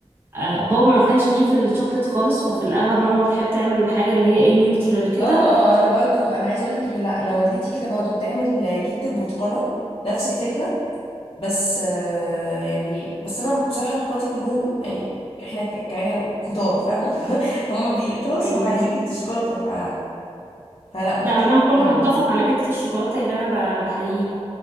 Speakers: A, on the right; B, on the left.
A: آه، بابا ما كانش ليه في الشوكليت خالص ففي الأغلب ماما بتحب تعمل الحاجة اللي هي ايه نيوترال كده
B: اه اه آه، انا برضو انا عايزه اقولك ان لا انا والدتي كده برضو بتعمل آه، كيكه البرتقاله نفس الفكره بس آه يعني بس انا بصراحه اخواتي كلهم يعني احنا ك- كعيله كتار فاهمه <laughs> فهم بي خلاص
A: ايوه
B: هم عايزين
A: مش
B: كيكه الشوكولاته ف... فلا بضطر
A: لا ما دام
B: اعملها
A: كله متفق
B: برضو
A: على كيكة الشوكولاتة يبقى أنا ب- بحييكوا